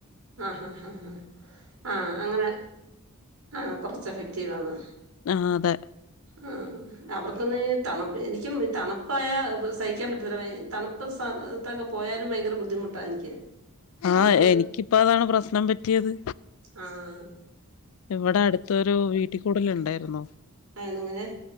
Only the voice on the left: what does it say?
ആഹ് അതെ
ആഹ്
എനിക്കിപ്പ അതാണ് പ്രശ്നം പറ്റിയത്
ഇവിടെ അടുത്തൊരു വീട്ടി കൂടൽ ഉണ്ടായിരുന്നു